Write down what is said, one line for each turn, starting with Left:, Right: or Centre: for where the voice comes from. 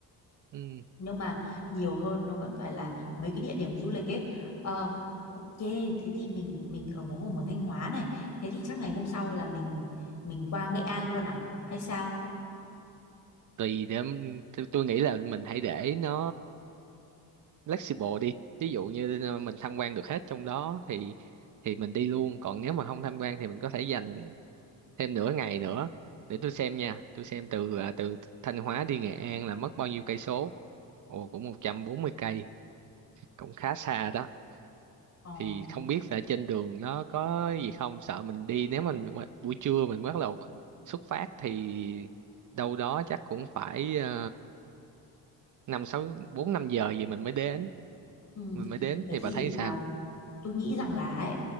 Right: Ừ.
Left: nhưng mà nhiều hơn nó vẫn phải là mấy cái địa điểm du lịch ấy Ờ, ok thế thì mình mình ở một hôm ở Thanh Hóa này thế thì chắc ngày hôm sau là mình mình qua Nghệ An luôn à hay sao
Right: tùy để tôi, tôi nghĩ là mình hãy để nó flexible đi ví dụ như ờ, mình tham quan được hết trong đó thì thì mình đi luôn còn nếu mà không tham quan thì mình có thể dành thêm nửa ngày nữa để tôi xem nha tôi xem từ à, từ Thanh Hóa đi Nghệ An là mất bao nhiêu cây số ồ cũng 140 cây cũng khá xa đó
Left: ờ,
Right: thì không biết là trên đường nó có gì không sợ mình đi nếu mình mà buổi trưa mình bắt đầu xuất phát thì đâu đó chắc cũng phải ờ, năm sáu bốn năm giờ gì mình mới đến
Left: ừ.
Right: mình mới đến
Left: thế
Right: thì
Left: thì
Right: bà thấy sao
Left: à, tôi nghĩ rằng là ấy